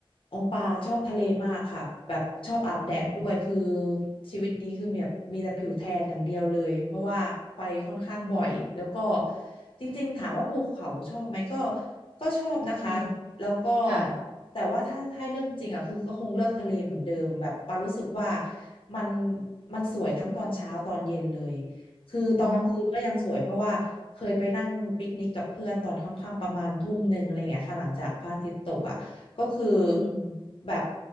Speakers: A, on the left; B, on the right.
A: โอปาชอบทะเลมากค่ะแบบชอบอาบแดดด้วยคือ
B: อืม
A: ชีวิตนี้คือแบบมีแต่ผิวแทนอย่างเดียวเลยเพราะว่าไปค่อนข้างบ่อยแล้วก็จริงๆถามว่าภูเขาชอบไหมก็ก็ชอบนะคะแล้วก็
B: อืมค่ะ
A: แต่ว่าถ้าถ้าให้เลือกจริงๆอ่ะคือก็คงเลือกทะเลเหมือนเดิมแบบปารู้สึกว่ามันมันสวยทั้งตอนเช้าตอนเย็นเลยคือตอนกลางคืนก็ยังสวยเพราะว่าเคยไปนั่งปิกนิกกับเพื่อนตอนค่ำๆประมาณทุ่มหนึ่งอะไรอย่างเงี้ยค่ะหลังจากพระอาทิตย์ตกอ่ะ
B: อ๋อ
A: ก็คือ
B: อืม
A: แบบ